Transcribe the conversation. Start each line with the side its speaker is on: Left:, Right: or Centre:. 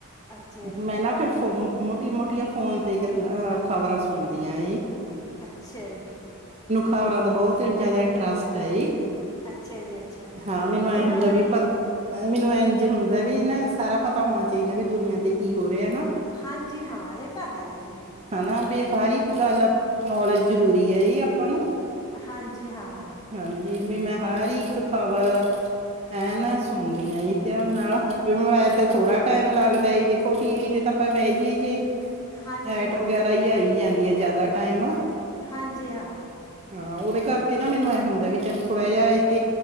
Left: ਅੱਛਾ ਜੀ
Right: ਮੈਂ ਨਾ ਫਿਰ ਫ਼ੋਨ ਮੋਟੀ ਮੋਟੀਆਂ ਫੋਨ ਤੇ ਗੱਲਾਂ ਖ਼ਬਰਾਂ ਸੁਣਦੀਆਂ
Left: ਅੱਛਾ ਜੀ।
Right: ਖਬਰਾਂ ਦਾ ਬਹੁਤ ਹੀ ਜ਼ਿਆਦਾ ਇੰਟਰਸਟ ਆਈ ਜੀ।
Left: ਅੱਛਾ ਜੀ ਅੱਛਾ
Right: ਹਾਂ
Left: ਚਲੋ
Right: ਮੈਨੂੰ
Left: ਵਧੀਆ
Right: ਐ ਹੁੰਦਾ
Left: ਗੱਲ ਆ
Right: ਵੀ
Left: ਜੀ
Right: ਪਰ ਮੈਨੂੰ ਇੰਝ ਹੁੰਦਾ ਵੀ ਨਾ ਸਾਰਾ ਪਤਾ ਹੋਣਾ ਚਾਹੀਦਾ ਵੀ ਦੁਨੀਆਂ ਤੇ ਕੀ ਹੋ ਰਿਹਾ ਨਾ
Left: ਹਾਂਜੀ ਹਾਂ ਇਹ ਤਾਂ ਹੈ ਜੀ
Right: ਹਨਾ ਵੀ ਹਰ ਇੱਕ ਗੱਲ ਨੌਲੇਜ ਜ਼ਰੂਰੀ ਹੈ ਇਹ ਆਪਾਂ ਨੂੰ
Left: ਹਾਂਜੀ ਹਾਂ
Right: ਹਾਂਜੀ ਵੀ ਮੈਂ ਹਰ ਇੱਕ ਖਬਰ ਐ ਨਾ ਸੁਣਦੀਆਂ ਧਿਆਨ ਨਾਲ ਬਿਮਾਰ
Left: ਚਲੋ
Right: ਤੇ ਥੋੜਾ ਟਾਈਮ ਲੱਗਦਾ ਦੇਖੋ ਟੀ ਵੀ ਤੇ ਤਾਂ ਆਪਾਂ ਬਹਿ ਜਾਈਏ ਜੇ
Left: ਹਾਂਜੀ
Right: ਐਟ
Left: ਹਾਂ
Right: ਵਗੈਰਾ ਹੀ ਆਈ ਜਾਂਦੀ ਹੈ ਜ਼ਿਆਦਾ ਟਾਈਮ
Left: ਹਾਂਜੀ ਹਾਂ
Right: ਹਾਂ ਉਹਦੇ ਕਰਕੇ ਨਾ ਮੈਨੂੰ ਇਹ ਹੁੰਦਾ ਵੀ ਚੱਲ ਥੋੜਾ ਜਿਹਾ ਇਥ